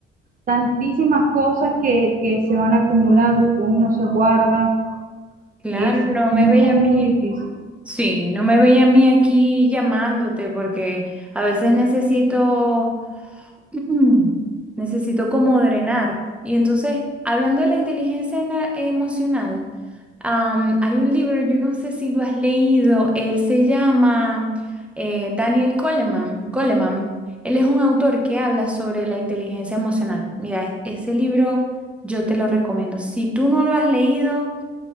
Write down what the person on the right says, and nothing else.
tantísimas cosas que, que se van acumulando, que uno se guarda,
es
muy,
muy
difícil.